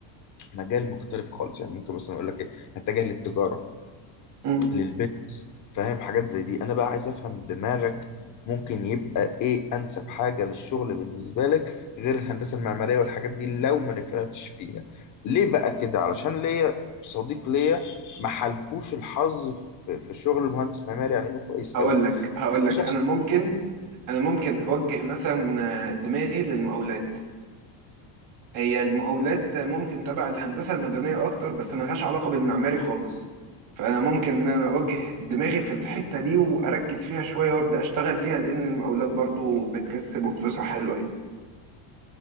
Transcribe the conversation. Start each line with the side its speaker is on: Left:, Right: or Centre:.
Left: مجال مختلف خالص يعني ممكن مثلا اقول لك ايه هتجه للتجاره
Right: مم.
Left: للبيزنس فاهم حاجات زي دي انا بقى عايز افهم دماغك ممكن يبقى ايه انسب حاجه للشغل بالنسبه لك غير الهندسه المعماريه والحاجات دي لو ما نفعتش فيها ليه بقى كده علشان ليا صديق ليا ما حلفوش الحظ في في- في شغل المهندس المعماري على انه كويس
Right: هقول
Left: قوي
Right: لك هقول لك
Left: شخص
Right: انا ممكن انا ممكن اوجه مثلا آه، دماغي للمقاولات هي المقاولات ممكن تبع الهندسة المدنية أكتر بس ملهاش علاقة بالمعماري خالص فأنا ممكن إن أنا أوجه دماغي في الحتة دي وأركز فيها شوية وأبدأ أشتغل فيها لأن المقاولات برضو بتكسب وفلوسها حلوة يعني.